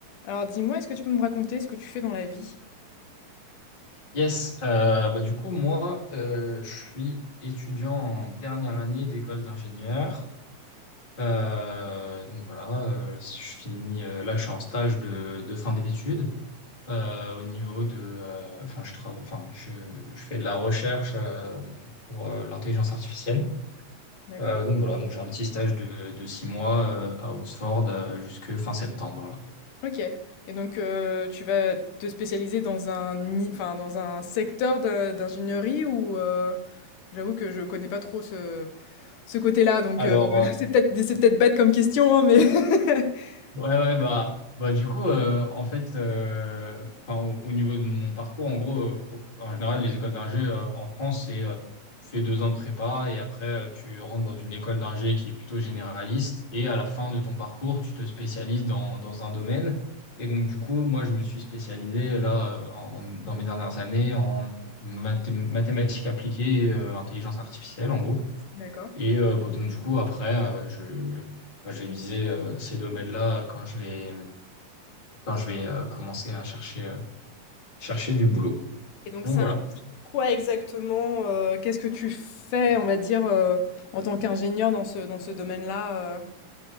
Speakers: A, on the left; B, on the left.
A: Alors dis-moi, est-ce que tu peux me raconter ce que tu fais dans la vie?
B: Yes, euh, bah du coup, moi, euh, je suis étudiant en dernière année d'école d'ingénieur. Euh, donc voilà, euh, si je finis, euh, là, je suis en stage de, de fin d'études euh, au niveau de, euh, enfin, je travaille, enfin, je, je fais de la recherche euh, pour euh, l'intelligence artificielle.
A: D'accord.
B: Euh, donc voilà, donc j'ai un petit stage de, de six mois euh, à Oxford euh, jusque fin septembre là.
A: Ok. Et donc euh, tu vas te spécialiser dans un, ni- enfin, dans un secteur de- d'ingénierie ou euh, j'avoue que je connais pas trop ce, ce côté-là, donc
B: Alors,
A: euh, <laughs> c'est peut-être c'est peut-être bête comme question, hein, mais <laughs>
B: Ouais, ouais, bah, bah du coup, euh, en fait, euh, enfin, au, au niveau de mon parcours, en gros, euh, pour- en général, les écoles d'ingé euh, en France, c'est euh, tu fais deux ans de prépa et après, euh, tu rentres dans une école d'ingé qui est plutôt généraliste et à la fin de ton parcours, tu te spécialises dans, dans un domaine. Et donc, du coup, moi, je me suis spécialisé là, euh, en, dans mes dernières années, en mathé- mathématiques appliquées, et, euh, intelligence artificielle, en gros.
A: D'accord.
B: Et euh, bon, donc du coup après euh, je moi, je vais viser euh, ces domaines-là euh, quand je vais quand je vais euh, commencer à chercher euh, chercher du boulot.
A: Et donc
B: Donc
A: ça
B: voilà.
A: implique quoi exactement? euh, qu'est-ce que tu fais, on va dire, euh, en tant qu'ingénieur dans ce, dans ce domaine-là? euh